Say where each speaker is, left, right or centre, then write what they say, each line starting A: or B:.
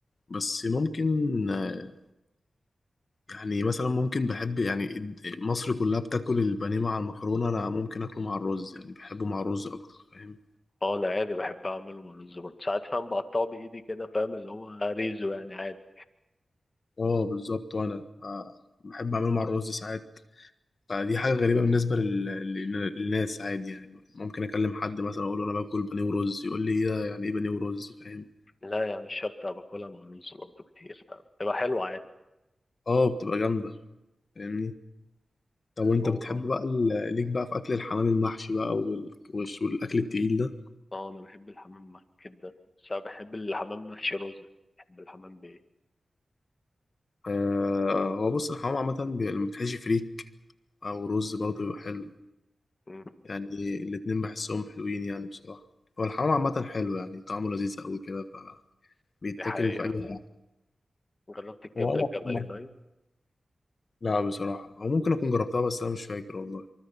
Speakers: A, on the left; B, on the left.
A: بس ممكن آه، يعني مثلا ممكن بحب يعني الد- مصر كلها بتاكل البانيه مع المكرونة أنا ممكن أكله مع الرز يعني بحبه مع الرز أكتر فاهم
B: اه انا عادي بحب اعمله مع الرز برضه ساعات فاهم بقطعه بايدي كده فاهم اللي هو ريزو يعني عادي
A: اه بالظبط وأنا آه، بحب أعمله مع الرز ساعات فدي حاجة غريبة بالنسبة لل- لل- للناس عادي يعني ممكن أكلم حد مثلا أقول له أنا باكل بانيه ورز يقول لي إيه ده؟ يعني إيه بانيه ورز فاهم
B: لا يعني مش شرط أبقى باكلها مع الرز برضه كتير فاهم تبقى حلوه عادي
A: اه بتبقى جامدة فاهمني طب وأنت
B: هو
A: بتحب بقى ال- ليك بقى في أكل الحمام المحشي بقى وال- والش- والأكل التقيل ده
B: اه انا بحب الحمام محشي جدا بس انا بحب الحمام محشي رز بحب الحمام بايه
A: آه، هو بص الحمام عامة بي- لما بتحشي فريك أو رز برضه بيبقى حلو
B: مم.
A: يعني الاتنين بحسهم حلوين يعني بصراحة هو الحمام عامة حلو يعني طعمه لذيذ أوي كده فبيتاكل
B: دي حقيقة
A: في أي حاجة
B: جربت الكبدة
A: هو أنا
B: الجمالي
A: أكون-
B: طيب
A: لا بصراحة هو ممكن أكون جربتها بس أنا مش فاكر والله